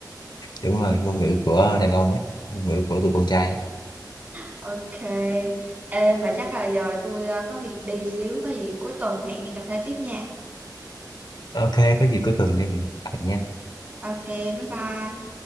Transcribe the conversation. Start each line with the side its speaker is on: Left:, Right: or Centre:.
Left: đúng rồi ngôn ngữ của đàn ông ấy ngôn ngữ của tụi con trai ấy.
Right: Ok. Ê, mà chắc là giờ tôi ờ, có việc đi xíu, có gì cuối tuần hẹn đi cà phê tiếp nha.
Left: ok có gì cuối tuần đi mình bàn nha
Right: Ok, bye bye.